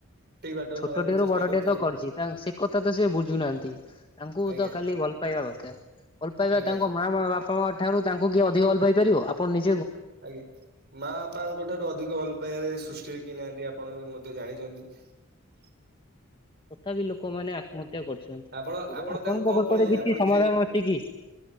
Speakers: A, on the right; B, on the left.
A: ବାଟରେ
B: ଛୋଟଟିଏ
A: ନବାକୁ
B: ରୁ
A: ଚେଷ୍ଟା
B: ବଡଟିଏ
A: କରିଥିଲେ
B: ତ କରିଛି ସେ କଥା ତ ସେ ବୁଝୁନାହାନ୍ତି ତାଙ୍କୁ
A: ଆଜ୍ଞା
B: ତ ଖାଲି ଭଲ ପାଇବା କଥା । ଭଲପାଇବା
A: ଆଜ୍ଞା
B: ତାଙ୍କ ମା ମା ବାପା ଠାରୁ ତାଙ୍କୁ କିଏ ଅଧିକ ଅଲ୍ପ ପାଇ ପାରିବ ଆପଣ ନି
A: ଆଜ୍ଞା ମା ବାପାଙ୍କ ଠାରୁ ଅଧିକ ଭଲ ପାଇବାରେ ସୃଷ୍ଟି କି ନାହାନ୍ତି ଆପଣ ବି ମଧ୍ୟ ଜାଣିଛନ୍ତି ।
B: ତଥାପି ଲୋକମାନେ ଆତ୍ମହତ୍ୟା କରୁଛନ୍ତି
A: ଆପଣ ଆପଣ
B: ଆପଣଙ୍କ
A: ତାଙ୍କୁ କଣ
B: ପାଖରେ
A: କହିଲେ
B: କିଛି
A: ଆପଣ
B: ସମାଧାନ
A: ଯିଏ
B: ଅଛି କି?